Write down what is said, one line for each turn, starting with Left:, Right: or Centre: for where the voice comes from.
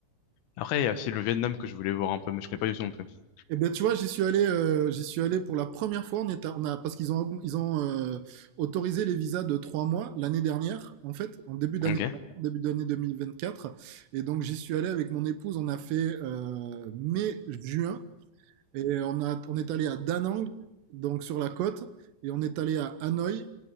Left: Après, il y a aussi le Vietnam que je voulais voir un peu, mais je connais pas du tout non plus.
Right: Eh ben, tu vois, j'y suis allé, euh, j'y suis allé pour la première fois. On est à- on a, parce qu'ils ont, ils ont euh, autorisé les visas de trois mois l'année dernière, en fait, en début d'année,
Left: Ok,
Right: début d'année 2024. Et donc, j'y suis allé avec mon épouse. On a fait euh, mai-juin et on a, on est allé à Da Nang, donc sur la côte, et on est allé à Hanoï